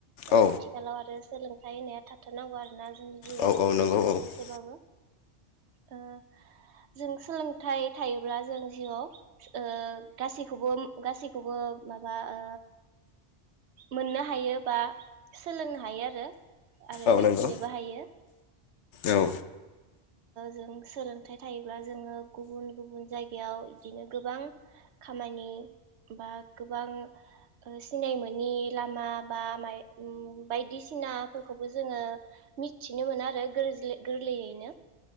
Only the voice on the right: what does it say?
आथिखालाव आरो। सोलोंथाइ होनाया थाबाथारनांगौ आरोना जोंनि जिआव
एसेबाबो। ओ जों सोलोंथाइ थायोब्ला जों जिआव ओ-गासैखौबो गासैखौबो माबा ओ मोननो हायो बा सोलोंनो हायो आरो। आरो
मिथिनोबो
हायो।
जों सोलोंथाइ थायोब्ला जोङो गुबुन गुबुन जायगायाव बिदिनो गोबां खामानि बा गोबां ओ सिनाय मोनि लामा बा माय ओम बायदिसिनाफोरखौबो जोङो मिथिनो मोनो आरो गोरज्लै गोरलैयैनो